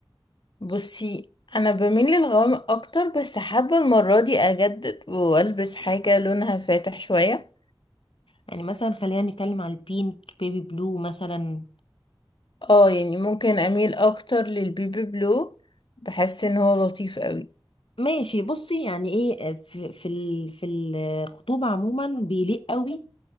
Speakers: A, on the left (about 60°); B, on the left (about 80°).
A: بصي انا بميل للغوامق اكتر بس حابه المره دي اجدد والبس حاجه لونها فاتح شويه
B: يعني مثلا خلينا نتكلم على البينك بيبي بلو مثلا
A: اه يعني ممكن اميل اكتر للبيبي بلو بحس ان هو لطيف قوي
B: ماشي بصي يعني ايه آه، في في ال- في الخطوبة عموما بيليق قوي